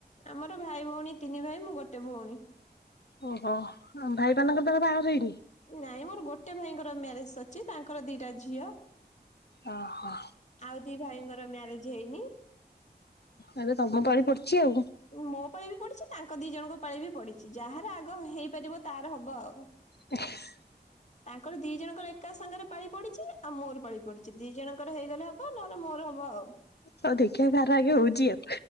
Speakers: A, on the left (about 40°); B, on the left (about 70°).
A: ଆମର ଭାଇ ଭଉଣୀ ତିନି ଭାଇ ମୁଁ ଗୋଟେ ଭଉଣୀ।
B: ଓହୋ ଭାଇମାନଙ୍କର ତାହେଲେ ବାହାଘର ହେଇନି?
A: ନାଇଁ ମୋର ଗୋଟେ ଭାଇଙ୍କର ମ୍ୟାରେଜ ସରିଛି ତାଙ୍କର ଦିଟା ଝିଅ।
B: ଓ ହୋ।
A: ଆଉ ଦି ଭାଇଙ୍କର ମ୍ୟାରେଜ ହେଇନି।
B: ଏବେ ତମ ପାଳି ପଡିଛି ଆଉ।
A: ମୋ ପରେ ବି ପଡିଛି ତାଙ୍କ ଦି ଜଣଙ୍କ ପାଳି ବି ପଡିଛି ଯାହାର ଆଗ ହେଇପାରିବ ତାର ହବ ଆଉ
B: <inaudible>
A: ତାଙ୍କର ଦି ଜଣଙ୍କର ଏକା ସାଙ୍ଗରେ ପାଳି ପଡିଛି ଆଉ ମୋର ପାଳି ପଡିଛି ଦି ଜଣଙ୍କର ହେଇଗଲେ ହବ ନହେଲେ ମୋର ହବ ଆଉ
B: ହଉ ଦେଖିବା କାର ଆଗେ ହଉଛି ଆଉ